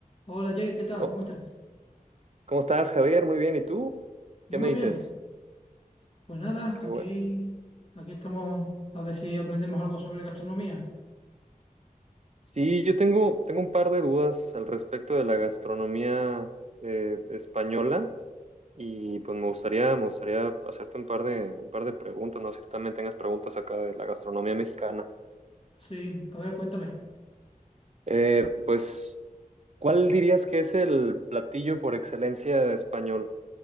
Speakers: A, on the left; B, on the right.
A: Hola Jair, ¿qué tal?
B: ¿Cómo,
A: ¿Cómo estás?
B: cómo estás, Javier? Muy bien. ¿Y tú?
A: Yo
B: ¿Qué
A: muy
B: me dices?
A: bien. Pues nada,
B: Qué
A: aquí,
B: bueno.
A: aquí estamos a ver si aprendemos algo sobre gastronomía.
B: Sí, yo tengo, tengo un par de dudas al respecto de la gastronomía eh, española y pues me gustaría, me gustaría hacerte un par de, un par de preguntas, no sé si también tengas preguntas acá de la gastronomía mexicana.
A: Sí, a ver, cuéntame.
B: Eh, pues, ¿cuál dirías que es el platillo por excelencia español?